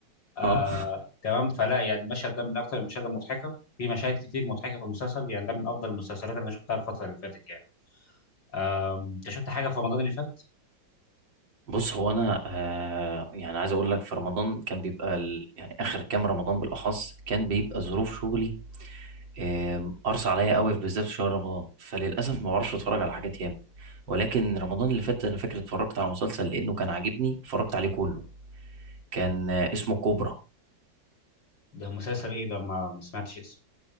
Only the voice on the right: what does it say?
اه
بص هو انا آه يعني عايز اقول لك في رمضان كان بيبقى ال... يعني اخر كام رمضان بالاخص كان بيبقى ظروف شغلي آه قرص عليا قوي بالذات في شهر رمضان فللاسف ما بعرفش اتفرج على حاجات ياما ولكن رمضان اللي فات انا فاكر اتفرجت على مسلسل لانه كان عاجبني اتفرجت عليه كله كان آه اسمه كوبرا